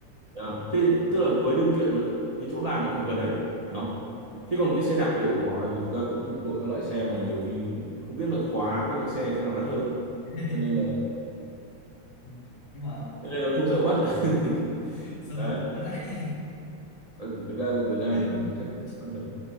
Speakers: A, on the right; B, on the left.
A: À, thế tức là với điều kiện là cái chỗ làm nó phải gần đấy hiểu không
B: đúng rồi
A: thế còn cái xe đạp đấy của họ thì thực ra cũng thuộc các loại xe mà nhiều khi không biết là khóa với lại xe cái nào đắt hơn ấy.
B: <laughs>
A: cho nên là,
B: đúng rồi. nhưng mà
A: cho nên là không sợ mất <laughs>
B: <laughs> sơ
A: đấy
B: hở mất đấy
A: Ờ, thì thực ra ở Việt Nam
B: <laughs>
A: thì
B: trước
A: chắc không mất được
B: ừ,